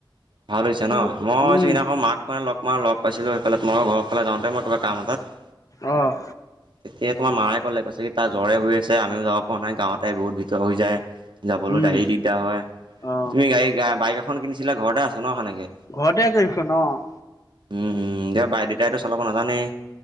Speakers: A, on the right (about 75°); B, on the left (about 45°).
A: ভাল হৈছে
B: কি
A: ন',
B: উম
A: মইছো সিদিনাখন মাক মানে লগ মাক লগ পাইছিলোঁ সেইফালে তোমালোকৰ ঘৰ ফালে যাওঁতে মই কিবা কাম এটাত
B: অ'।
A: তেতিয়া তোমাৰ মায়ে ক'লে কৈছে কি তাৰ জ্বৰে হৈ আছে আমিও যাব পৰা নাই গাঁৱতে বহুত ভিতৰ হৈ যায় যাবলৈ
B: উম
A: গাড়ী দিগদাৰ হয়,
B: অ
A: তুমি গাড়ী বাইক এখন কিনিছিলা ঘৰতে আছে ন সেনেকে
B: ঘৰতে আছে সেইখন অ'।
A: উম উম, দিয় বাইক দেউতাইতো চলাব নাজানেই